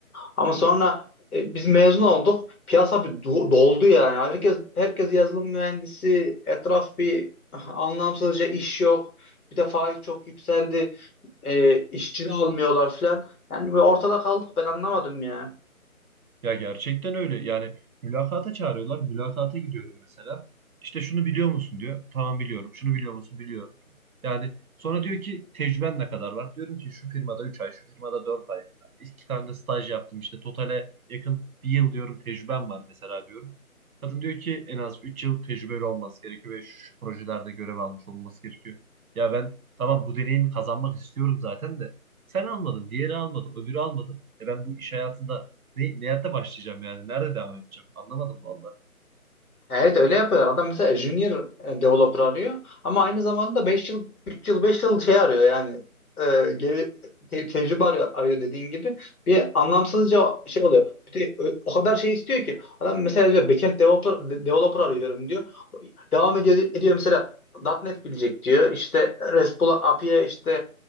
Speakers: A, on the left; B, on the right.
A: Ama sonra e, biz mezun olduk. Piyasa bir do- doldu yani. Herkes herkes yazılım mühendisi. Etraf bir <laughs> anlamsızca iş yok. Bir de faiz çok yükseldi. E, işçi de almıyorlar filan. Yani bir ortada kaldık. Ben anlamadım ya.
B: Ya gerçekten öyle. Yani mülakata çağırıyorlar. Mülakata gidiyorum mesela. İşte şunu biliyor musun diyor. Tamam biliyorum. Şunu biliyor musun? Biliyorum. Yani sonra diyor ki tecrüben ne kadar var? Diyorum ki şu firmada 3 ay, şu firmada 4 ay. İki tane de staj yaptım işte. Totale yakın bir yıl diyorum tecrübem var mesela diyorum. Kadın diyor ki en az 3 yıl tecrübeli olması gerekiyor ve şu, şu projelerde görev almış olması gerekiyor. Ya ben tamam bu deneyimi kazanmak istiyorum zaten de sen almadın, diğeri almadı, öbürü almadı. E ben bu iş hayatında ne, nerede başlayacağım yani? Nerede devam edeceğim? Anlamadım valla.
A: Ya Evet öyle yapıyorlar. Adam mesela junior e, developer arıyor ama aynı zamanda 5 yıl 3 yıl 5 yıl şey arıyor yani e, geri te- tecrübe arıyor, arıyor dediğin gibi bir anlamsızca şey oluyor. Bir de ö- o kadar şey istiyor ki adam mesela diyor backend developer, de- developer arıyorum diyor. Devam ediyor ediyor mesela .nokta .NET bilecek diyor. İşte RESTful API'ye işte